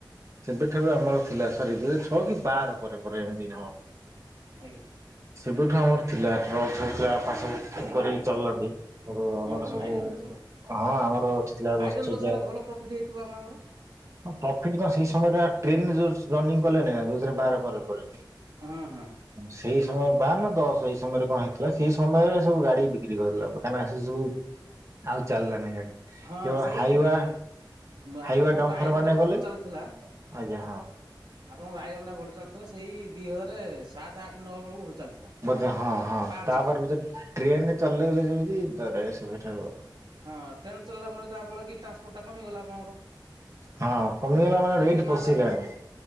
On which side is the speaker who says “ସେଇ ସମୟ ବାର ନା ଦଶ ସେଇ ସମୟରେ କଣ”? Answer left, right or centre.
Right